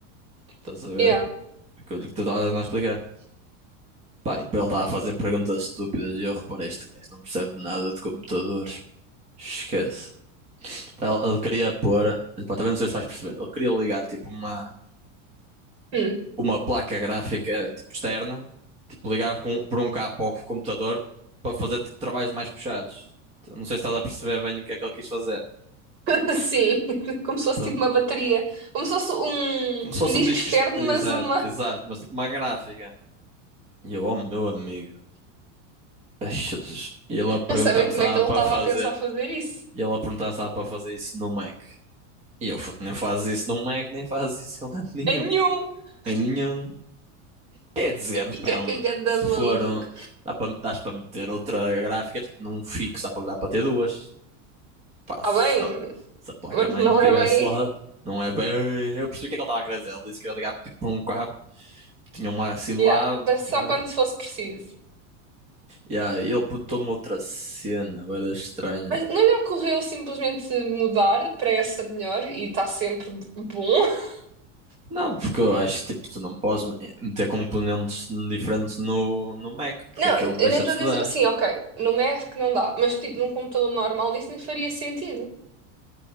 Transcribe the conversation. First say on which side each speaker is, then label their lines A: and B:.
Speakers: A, on the right (about 20°); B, on the right (about 50°).
A: Tipo, estás a ver?
B: Yeah.
A: Aquilo que tu estás a tentar explicar. Pá, e depois ele estava a fazer perguntas estúpidas e eu reparei, este gajo não percebe nada de computadores. Esquece. Então, Ele ele queria pôr, pá, também não sei se vais perceber, ele queria ligar tipo uma,
B: Hum.
A: uma placa gráfica tipo externa, tipo ligar com, por um cabo ao computador para fazer tipo trabalhos mais puxados. Então, Não sei se estás a perceber bem o que é que ele quis fazer.
B: <laughs> Sim, como se fosse
A: Pronto,
B: tipo uma bateria. Como se fosse um,
A: como se fosse
B: um disco
A: um disco,
B: externo,
A: ex- exato,
B: mas uma.
A: exato, mas tipo uma gráfica. E eu, oh meu amigo, Ai, Jesus. E ele
B: <laughs>
A: a perguntar-me
B: Não sabem como
A: se dava
B: é que ele
A: para
B: estava
A: fazer.
B: a pensar fazer isso.
A: E ele a perguntar se dava para fazer isso no Mac. E eu, "Foda, nem fazes isso no Mac, nem fazes isso em lado nenhum.
B: Em nenhum. <laughs>
A: Em nenhum. Quer dizer, depende.
B: E que é que é ganda
A: Se for
B: maluco.
A: um. Dá para, dás para meter outra gráfica, tipo num fixo, dá para, dá para ter duas. Pá,
B: Está
A: se,
B: bem,
A: a se a placa-mãe
B: mas não
A: estivesse
B: é bem.
A: lá, não é bem. Eu percebi o que é que ele estava a querer dizer. Ele disse que ia ligar tipo, por um cabo, tinha uma assim de
B: Yeah,
A: lado.
B: mas só
A: E ele,
B: quando fosse preciso.
A: Yeah, ele perguntou-me outra cena, bem estranha.
B: Mas não lhe ocorreu simplesmente mudar para essa melhor e está sempre bom? <laughs>
A: Não, porque eu acho que tipo, tu não podes meter componentes diferentes no, no Mac, porque
B: Não,
A: aquilo
B: eu
A: deixa-te
B: nem estou
A: de
B: a dizer.
A: dar.
B: Sim, ok, não é que não dá, mas tipo num computador normal isso nem faria sentido.